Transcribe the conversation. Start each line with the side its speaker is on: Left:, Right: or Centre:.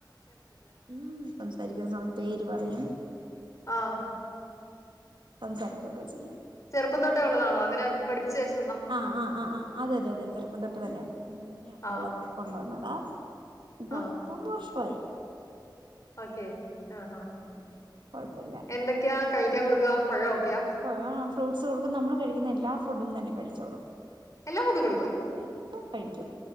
Right: ഉം സംസാരിക്കും പേര് പറയും
Left: ആഹ്
Right: സംസാരിക്കയൊക്കെ ചെയ്യും
Left: ചെറുപ്പം തൊട്ട് ഉള്ളാണോ അങ്ങന പഠിപിച്ച വെച്ച
Right: ആ ആ ആ ആ അതെയതെ അതെ ചെറുപ്പം തൊട്ട് തന്നെ കുഞ്ഞായിട്ടുള്ളത്
Left: ആ
Right: കൊണ്ടുവന്നതാ ഇപ്പം
Left: ആ
Right: മൂന്ന് വർഷവായി
Left: ഓക്കെ ആ ആ
Right: മൂന്ന് വർഷമായി കുഴപ്പമില്ല
Left: എന്തൊക്കെയാ കഴിക്കാൻ കൊട്ക്കാ പഴൊക്കെയാ
Right: ആ ഫ്രൂട്ട്സ് കൊട്ക്കും നമ്മൾ കഴിക്കുന്ന എല്ലാ ഫുഡും തന്നെ കഴിച്ചോളും
Left: എല്ലാ ഫൂണ്ടും കൊട്ക്കും
Right: എല്ലാം കഴിക്കും